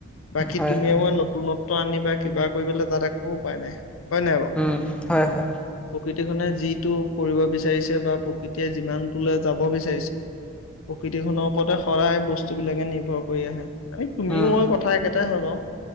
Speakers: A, on the left; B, in the centre.
A: বাকী
B: হয়,
A: তুমিয়ে
B: হয়,
A: মই নতুনত্ব আনিবা কিবা কৰিবলৈ তাত একো উপায় নাই হয় নাই বাৰু
B: উম হয় হয়।
A: প্ৰকৃতিখনে যিটো কৰিব বিচাৰিছে বা প্ৰকৃতিয়ে যিমানটোলৈ যাব বিচাৰিছে প্ৰকৃতিখনৰ ওপৰতে সদায় বস্তু বিলাকে নিৰ্ভৰ কৰি আহে আমি তুমিও
B: উম,
A: মই কথা একেটাই হবা